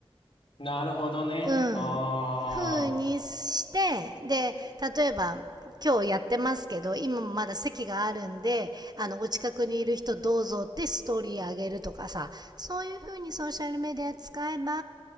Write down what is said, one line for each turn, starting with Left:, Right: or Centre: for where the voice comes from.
Left: なるほどね。
Right: うん、
Left: あ
Right: 風にして、で、例えば、今日やってますけど、今もまだ席があるんで、あの、お近くにいる人どうぞってストーリーあげるとかさ、そういう風にソーシャルメディア使えば、